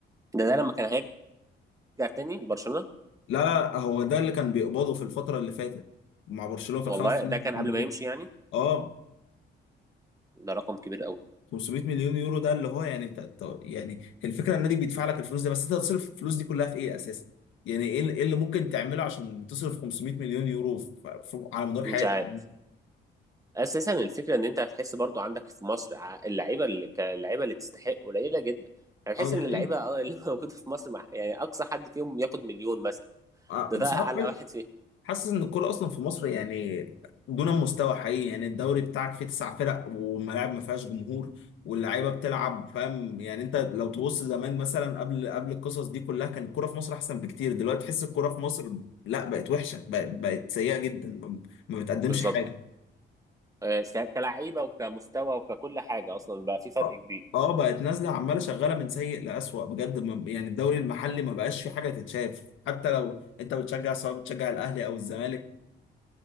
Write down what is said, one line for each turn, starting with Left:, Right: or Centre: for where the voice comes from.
Right: ده ده لما كان هيرجع تاني لبرشلونه
Left: لا لا هو ده اللي كان بيقبضه في الفترة اللي فاتت مع برشلونة في
Right: والله
Left: الخمس سنين
Right: ده كان
Left: اللي كانوا
Right: قبل
Left: موجود.
Right: ما يمشي يعني
Left: اه
Right: ده رقم كبير قوي
Left: 500 مليون يورو ده اللي هو يعني انت أنت- يعني الفكرة النادي بيدفع لك الفلوس دي بس انت هتصرف الفلوس دي كلها في ايه اساسا؟ يعني ايه اللي إيه اللي ممكن تعمله عشان تصرف 500 مليون يورو في- في- على مدار حياتك؟
Right: مش عارف اساسا الفكره ان انت هتحس برضو عندك في مصر ع- اللعيبه اللي كلاعيبه اللي تستحق قليله جدا هتحس
Left: اه دي
Right: ان
Left: حقيقة
Right: اللعيبه اه اللي <laughs> موجوده في مصر مع يعني اقصى حد فيهم ياخد مليون مثلا
Left: آه،
Right: ده ده
Left: بصراحة
Right: اعلى واحد فيه
Left: حاسس ان الكورة اصلا في مصر يعني دون مستوى حقيقي يعني الدوري بتاعك فيه تسع فرق والملاعب ما فيهاش جمهور واللعيبة بتلعب فاهم يعني انت لو تبص زمان مثلا قبل قبل القصص دي كلها كان الكورة في مصر احسن بكتير دلوقتي تحس الكورة في مصر لا بقت وحشة بقت, بقت سيئة جدا ما ما بتقدمش
Right: بالظبط
Left: حاجة
Right: آه، ك- كلاعيبه وكمستوى وككل حاجه اصلا بقى في فرق
Left: اه
Right: كبير
Left: آه، بقت نازلة عمالة شغالة من سيء لأسوأ بجد ما- يعني الدوري المحلي ما بقاش في حاجة تتشاف حتى لو انت بتشجع سواء بتشجع الاهلي او الزمالك